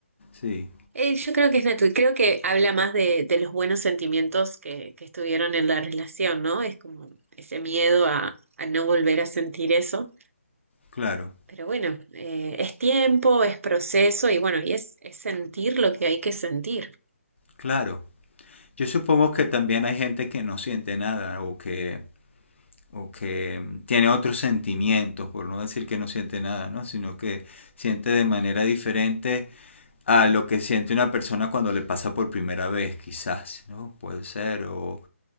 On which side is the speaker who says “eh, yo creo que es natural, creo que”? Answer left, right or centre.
Right